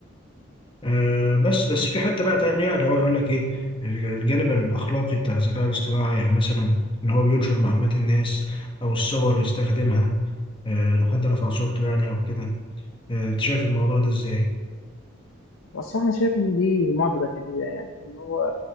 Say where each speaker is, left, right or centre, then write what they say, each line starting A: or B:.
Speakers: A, on the left (about 25°); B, on the left (about 80°).
A: آه، بس بس في حتة بقى تانية اللي هو يقول لك ايه الجانب الاخلاقي بتاع الذكاء الاصطناعي يعني مثلا ان هو بينشر معلومات الناس او الصور يستخدمها آه، لو حد رفع صورته يعني او كده آه، انت شايف الموضوع ده ازاي
B: والصراحة أنا شايف إن دي معضلة كبيرة يعني إن هو